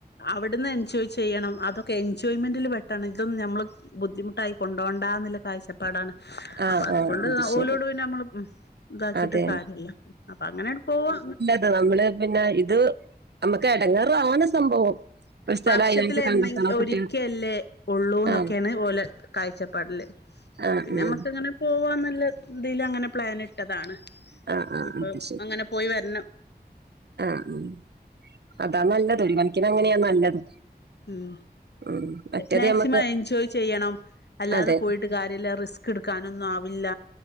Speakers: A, on the left (about 75°); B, on the right (about 75°).
A: അവിടെന്ന് എൻജോയ് ചെയ്യണം അതൊക്കെ എൻജോയ്മെന്റിൽ പെട്ടതാണ് ഇത് ഒന്നും നമ്മള്ക്ക് ബുദ്ധിമുട്ടായി കൊണ്ടു വോണ്ടാന്ന് കാഴ്ചപ്പാടാണ്
B: ആ
A: അപ്പൊ അതുകൊണ്ട്
B: ആ അത് ശരി
A: ഓലോട് പിന്നെ നമ്മള് ഉം ഇതാക്കിട്ട്
B: അതെ
A: കാര്യയില്ല അപ്പൊ അങ്ങനെ പോവാ
B: അ നമ്മള് പിന്നെ ഇത് നമ്മക്ക് എടങ്ങാറാണ് സംഭവം ഒരു സ്ഥലം
A: വർഷത്തി
B: അതിനായിട്ട്
A: എന്നെങ്ക
B: കണ്ടെത്തണം
A: ഒരിക്കല്ലേ
B: കുട്ടികൾ
A: ഉള്ളൂ
B: ആ
A: ഒക്കെയാണ് ഓലെ കാഴ്ചപ്പാടില്
B: ആഹ്
A: പിന്നെ
B: ഉം
A: നമ്മക്ക് അങ്ങനെ പോവാന്നുള്ള ഇതിൽ അങ്ങനെ പ്ലേൻ ഇട്ടതാണ്
B: ആ ആ
A: ഇപ്പം
B: അത്
A: അങ്ങനെ പോയി വരണം
B: ആഹ് ഉം അതാ നല്ലത് ഒരു കണക്കിന് അങ്ങനെയാ നല്ലത്
A: ഉം
B: ഉം. മറ്റേത്
A: മാക്സിമം
B: നമുക്ക്
A: എൻജോയ് ചെയ്യണം അല്ലാതെ
B: അതെ
A: പോയി- റിസ്ക് എടുക്കാനൊന്നും ആവില്ല